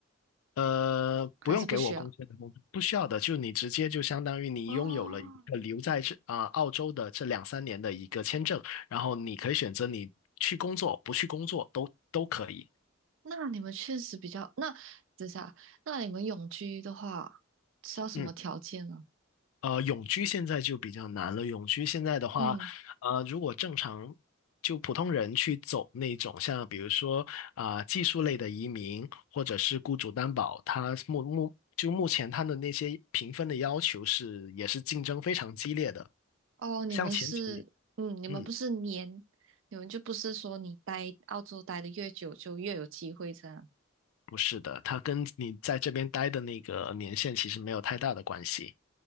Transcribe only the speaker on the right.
还是不需要？
哦，
那你们确实比较，那等一下，那你们永居的话是要什么条件呢？
嗯，
哦，你们是，
嗯，你们不是年，
你们就不是说你待澳洲待的越久就越有机会这样。